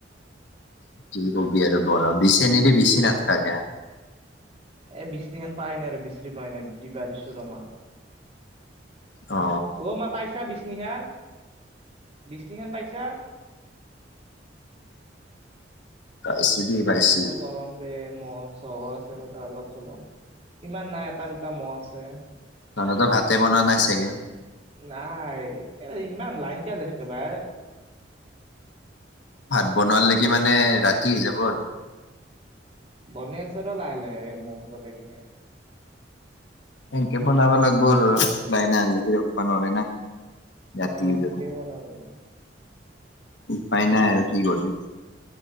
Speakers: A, on the left; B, on the right.
A: কি কবি আৰু গৰম, বিচিনি দি বিছি নাথকা কিয়?
B: এ বিছিনিখন পাই নাই আৰু বিছৰি পাই নাই <unintelligible> বাঢ়িছো আমাৰ
A: অ
B: অ', মা পাইছা বিচনিখান বিচনিখান পাইছা।
A: পাইছো
B: উ
A: দেই
B: <inaudible> এ
A: পাইছো
B: মষ্ট গৰম বে, মহ চহো আছে কথা অলপ চলপ। ইমান নাই এটা দুটা মহ' আছে।
A: <unintelligible> তো ভাতে বনোৱা নাই চাগে
B: নাই এ ইমান লাইন কিয় যাই থাকে বাই।
A: ভাত বনোৱালৈকে মানে ৰাতি হৈ যাব আৰু।
B: বনে আছে ৰ' লাহে লাহে মম জ্বলাই কিনে।
A: সেনকে বনাব লাগিব আৰু, লাইনে অহালেকি ৰখবা নৰি না। ৰাতি
B: আহ
A: হৈ
B: সেনেকে
A: যাব
B: বনাও ৰ'ব
A: উপায় নাই আৰু কি কৰবি।